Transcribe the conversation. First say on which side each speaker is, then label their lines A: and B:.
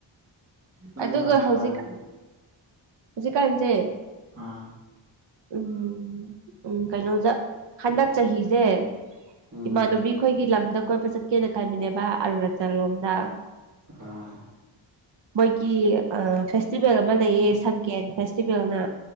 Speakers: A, on the right; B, on the right.
A: ꯅꯪꯅ
B: ꯑꯗꯨꯒ ꯍꯧꯖꯤꯛ
A: ꯇꯥꯡ
B: ꯍꯧꯖꯤꯛꯀꯥꯟꯁꯦ
A: ꯑꯥ
B: ꯎꯝ ꯎꯝ ꯀꯩꯅꯣꯗ ꯍꯟꯗꯛ ꯆꯍꯤꯁꯦ
A: ꯎꯝ
B: ꯏꯃꯥꯟꯅꯕꯤꯈꯣꯏꯒꯤ ꯂꯝꯗ ꯀꯣꯏꯕ ꯆꯠꯀꯦꯅ ꯈꯟꯕꯅꯦꯕ ꯑꯔꯨꯅꯥꯆꯜ ꯂꯣꯝꯗ
A: ꯑꯥ
B: ꯃꯣꯏꯒꯤ ꯐꯦꯁꯇꯤꯚꯦꯜ ꯑꯃ ꯂꯩꯌꯦ ꯁꯟꯀꯦꯟ ꯐꯦꯁꯇꯤꯚꯦꯜꯅ